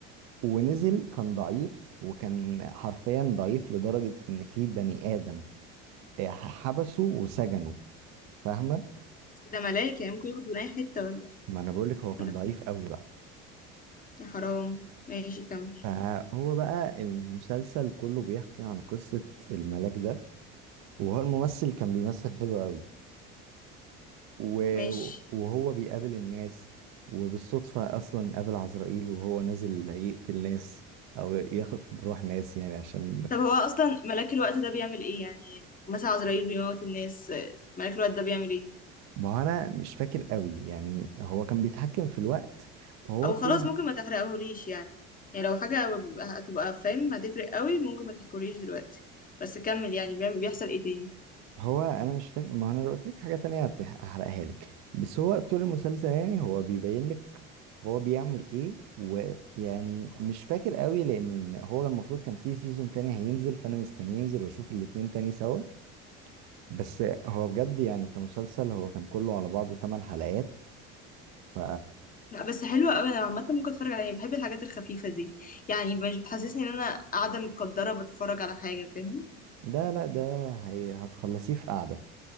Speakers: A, on the right; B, on the left.
A: ونزل كان ضعيف وكان حرفيا ضعيف لدرجة إن في بني آدم آه، حبسه وسجنه فاهمة؟
B: بس ده ملاك يعني ممكن يخرج من اي حتة ولا
A: ما أنا بقولك هو
B: ولا-
A: كان ضعيف قوي بقى
B: يا حرام ماشي كمل
A: فهو بقى المسلسل كله بيحكي عن قصة الملاك ده وهو الممثل كان بيمثل حلو قوي و-
B: ماشي
A: وهو بيقابل الناس وبالصدفة أصلا قابل عزرائيل وهو نازل يقتل ناس أو ياخد بروح ناس يعني عشان
B: طب هو اصلا ملاك الوقت ده بيعمل ايه يعني مثلا عزرائيل بيموت الناس آه، ملاك الوقت ده بيعمل ايه
A: ما هو أنا مش فاكر قوي يعني هو كان بيتحكم في الوقت فهو
B: او
A: طول
B: خلاص ممكن ما تحرقهوليش يعني يعني لو حاجة هتبقى فاهم هتفرق قوي ممكن ما تحكوليش دلوقتي بس كمل يعني بيعمل- بيحصل ايه تاني
A: هو أنا مش فاكر ما هو أنا لو قلت لك حاجة تانية هت- هحرقها لك بس هو طول المسلسل يعني هو بيبين لك هو بيعمل إيه ويعني مش فاكر قوي لأن هو المفروض كان في سيزون تاني هينزل فأنا مستني ينزل وأشوف الاتنين تاني سوا بس هو بجد يعني كمسلسل هو كان كله على بعضه 8 حلقات ف
B: لا بس حلوة قوي انا عامة ممكن اتفرج عليها بحب الحاجات الخفيفة دي يعني مش بتحسسني ان انا قاعدة متقدرة بتفرج على حاجة فاهم
A: ده لا ده هي... هتخلصيه في قعدة